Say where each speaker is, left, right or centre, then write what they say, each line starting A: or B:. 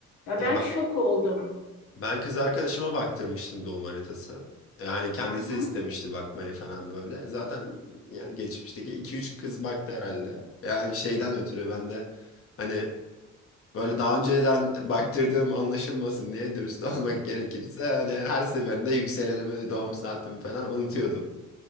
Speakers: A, on the left; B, on the left.
A: Ya
B: ya
A: ben
B: ben,
A: şok oldum.
B: ben kız arkadaşıma baktırmıştım doğum haritası. Yani kendisi
A: Hı hı.
B: istemişti bakmayı falan böyle. Zaten yani geçmişteki iki üç kız baktı herhalde. Yani şeyden ötürü ben de hani Böyle daha önceden baktırdığım anlaşılmasın diye dürüst <laughs> olmak gerekirse hani her seferinde yükselenimi, doğum saatimi falan unutuyordum.